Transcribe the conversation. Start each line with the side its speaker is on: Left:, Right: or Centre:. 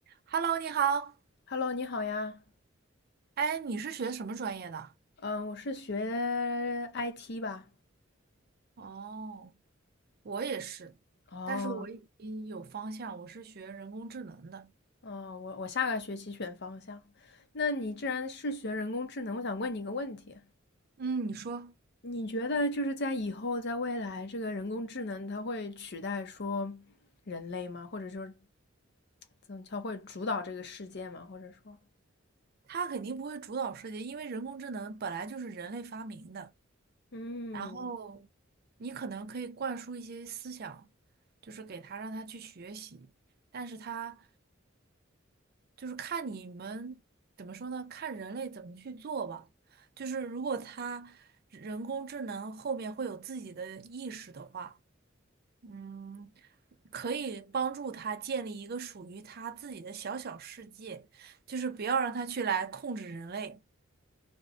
Right: Hello，你好。
Left: Hello，你好呀。
Right: 哎，你是学什么专业的？
Left: 嗯，我是学 IT 吧。
Right: 哦，我也是，
Left: 哦，
Right: 但是我已经有方向，我是学人工智能的。
Left: 哦，我我下个学期选方向。那你既然是学人工智能，我想问你一个问题：
Right: 嗯，你说，
Left: 你觉得就是在以后，在未来，这个人工智能它会取代说人类吗？或者说，怎么它会主导这个世界吗？或者说，
Right: 他肯定不会主导世界，因为人工智能本来就是人类发明的。
Left: 嗯，
Right: 然后，你可能可以灌输一些思想，就是给他让他去学习，但是他。就是看你们怎么说呢？看人类怎么去做吧。就是如果他人工智能后面会有自己的意识的话，嗯，可以帮助他建立一个属于他自己的小小世界，就是不要让他去来控制人类。